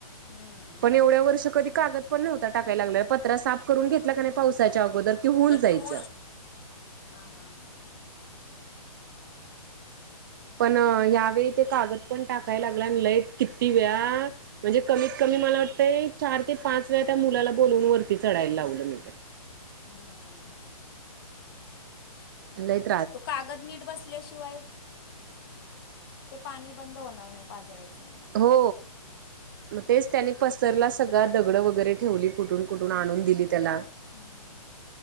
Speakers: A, on the left; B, on the right.
A: हम्म.
B: पण एवढ्या वर्ष कधी कागद- पण नव्हता टाकायला लागला, पत्रा साफ करून घेतला का नाही पावसाच्या अगोदर. की होऊन
A: तर
B: जायचं
A: ते होन हा हा हा.
B: पण ह्यावेळी ते कागद पण टाकायला लागला, आणि लाईट किती वेळा, म्हणजे कमीत कमी मला वाटतंय चार ते पाच वेळा त्या मुलाला बोलवून वरती चढायला लावलं मी.
A: हां.
B: लय. <inaudible>
A: तो कागद नीट बसला- बसल्याशिवाय ते पाणी बंद होणार नाही पाजरायचं.
B: हो मग तेच त्यानी पसतरला सगळा दगड वगैरे ठेवली. कुठून कुठून आणून दिली त्याला.
A: हम्म